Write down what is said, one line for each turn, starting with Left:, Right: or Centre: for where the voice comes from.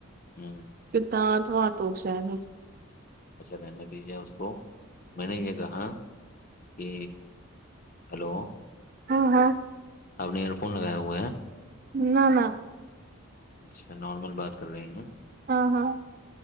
Left: ھممم
Right: کدنا تھم ٹٹ جائےیں گا
Left: اچھا رہنے دیجیے اس کو میں نے یہ کہا کہ ہیلو
Right: ہاں ہاں
Left: آپ نے ایئر فون لگائے ہوئے ہیں
Right: نہ نہ
Left: اچھا نارمل بات کر رہی ہوں
Right: ہاں ہاں